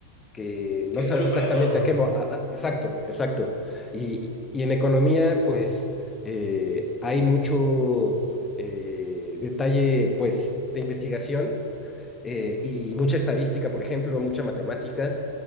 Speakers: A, on the left (about 15°); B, on the left (about 40°).
A: que no
B: Que es
A: sabes
B: bueno
A: exactamente
B: para todo.
A: a qué... mo- a- a- exacto, exacto. Y, y en economía, pues eh, hay mucho eh, detalle, pues, de investigación eh, y mucha estadística, por ejemplo, mucha matemática,